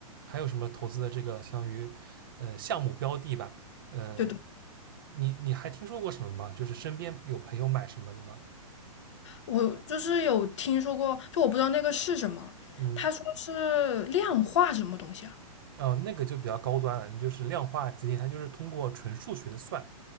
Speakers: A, on the right; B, on the left.
A: 还有什么投资的这个相当于呃项目标的吧？呃，
B: 对对，
A: 你你还听说过什么吗？就是身边有朋友买什么的吗？
B: 我就是有听说过，就我不知道那个是什么，
A: 嗯，
B: 他说是量化什么东西啊？
A: 哦，那个就比较高端了，你就是量化基金，它就是通过纯数学的算，